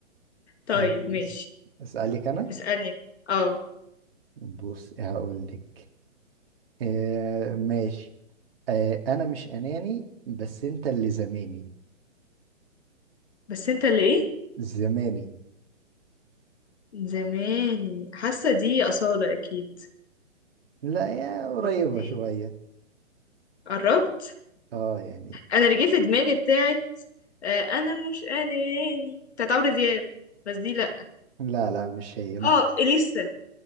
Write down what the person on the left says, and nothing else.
طيب
ماشي
اسألني انت. اه
بس انت اللي ايه
زماني حاسة دي أصالة اكيد
ولا ايه؟
قربت
انا اللي جه في دماغي بتاعت آه، انا مش اناني بتاعت عمرو دياب بس دي لا
اه اليسا